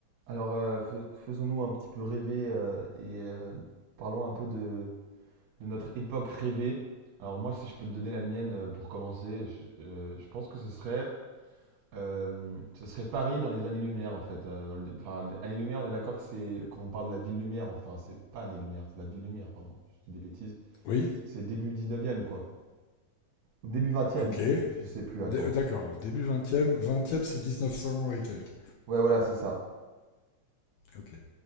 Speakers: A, on the right; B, on the left.
A: Alors, euh, fais- faisons-nous un petit peu rêver euh, et euh, parlons un peu de, de notre époque rêvée. Alors moi, si je peux te donner la mienne euh, pour commencer, je, euh, je pense que ce serait, euh, ce serait Paris dans les années-lumière en fait. euh, dans le- enfin, années-lumière, on est d'accord que c'est qu'on parle de la ville-lumière. Enfin, c'est pas années-lumière, c'est la ville-lumière, pardon. Je dis des bêtises.
B: Oui,
A: C'est c'est début 19e quoi. Ou début 20
B: ok.
A: je, je sais plus, attends.
B: D- euh, D'accord, début vingtième, vingtième, c'est e neuf cents et quelques.
A: Ouais, voilà, c'est ça.
B: Ok.